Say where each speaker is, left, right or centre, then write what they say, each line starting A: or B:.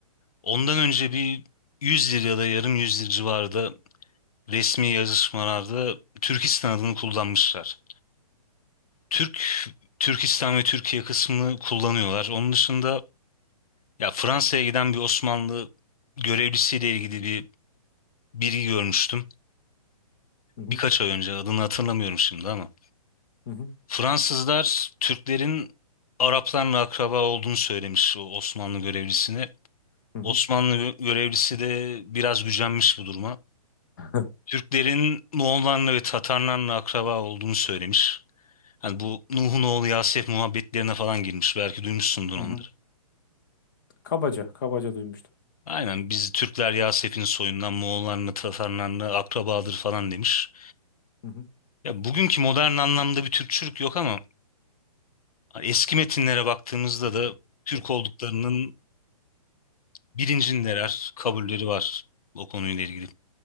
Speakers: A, on the left (about 70°); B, on the left (about 30°).
A: Ondan önce bir 100 yıl ya da yarım yüzyıl civarında resmi yazışmalarda Türkistan adını kullanmışlar. Türk, Türkistan ve Türkiye kısmını kullanıyorlar. Onun dışında ya Fransa'ya giden bir Osmanlı görevlisiyle ilgili bir bilgi görmüştüm.
B: hı hı,
A: Birkaç ay önce adını hatırlamıyorum şimdi ama.
B: hı hı,
A: Fransızlar Türklerin Araplarla akraba olduğunu söylemiş o Osmanlı görevlisine.
B: hı hı,
A: Osmanlı görevlisi de biraz gücenmiş bu duruma.
B: <laughs>
A: Türklerin Moğollarla ve Tatarlarla akraba olduğunu söylemiş. Hani bu Nuh'un oğlu Yasef muhabbetlerine falan girmiş. Belki duymuşsundur
B: hı
A: onları.
B: hı. Kabaca, kabaca duymuştum.
A: Aynen biz Türkler Yasef'in soyundan Moğollarla Tatarlarla akrabadır falan demiş.
B: Hı hı.
A: Ya bugünkü modern anlamda bir Türkçülük yok ama eski metinlere baktığımızda da Türk olduklarının bilincindeler, kabulleri var o konuyla ilgili.